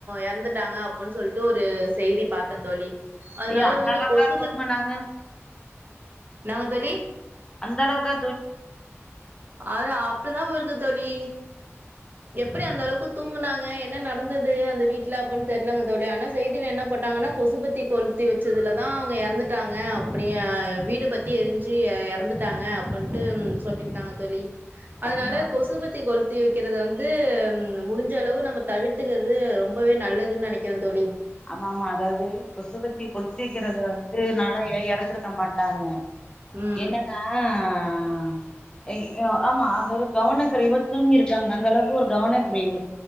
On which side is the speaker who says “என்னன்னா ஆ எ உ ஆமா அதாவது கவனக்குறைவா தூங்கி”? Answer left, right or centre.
Left